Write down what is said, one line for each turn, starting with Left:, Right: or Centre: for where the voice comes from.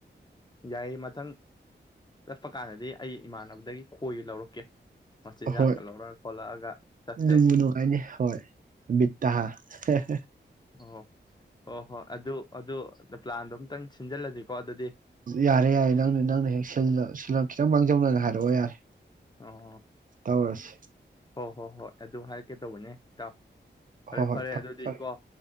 Left: ꯌꯥꯏꯌꯦ ꯃꯊꯪ ꯆꯠꯄ ꯀꯥꯟꯗꯗꯤ ꯑꯩ ꯏꯃꯥꯟꯅꯕꯗꯒꯤ ꯈꯣꯏ ꯂꯧꯔꯛꯀꯦ ꯃꯆꯤꯟꯖꯥꯛꯀ
Right: ꯍꯣꯏ
Left: ꯂꯧꯔꯛꯑ ꯈꯣꯠꯂꯛꯑꯒ ꯆꯠꯁꯦ
Right: ꯅꯣꯡꯕꯨ ꯅꯨꯡꯉꯥꯏꯅꯤ ꯍꯣꯏꯕꯤꯠꯠꯇꯍꯥ <unintelligible>
Left: ꯑꯣꯣ ꯑꯣ ꯍꯣ ꯑꯗꯨ ꯑꯗꯨ ꯄ꯭ꯂꯥꯟꯗꯣ ꯑꯝꯛꯇꯪ ꯁꯤꯟꯖꯜꯂꯁꯤꯀꯣ ꯑꯗꯨꯗꯤ
Right: ꯌꯥꯔꯦ ꯌꯥꯔꯦ ꯅꯪꯅ ꯅꯪꯅ ꯍꯦꯛ ꯈꯤꯇꯪ ꯃꯥꯡꯖꯧꯅꯅ ꯍꯥꯏꯔꯛꯑꯣ ꯌꯥꯔꯦ
Left: ꯑꯣ
Right: ꯌꯥꯔꯁꯤ
Left: ꯍꯣꯏ ꯍꯣ ꯍꯣꯏ ꯑꯗꯨ ꯍꯥꯏꯔꯛꯀꯦ ꯇꯧꯕꯅꯦ ꯏ ꯇꯥꯎ ꯐꯔꯦ
Right: ꯍꯣꯏ ꯍꯣꯏ
Left: ꯐꯔꯦ ꯑꯗꯨꯗꯤꯀꯣ
Right: ꯐꯔꯦ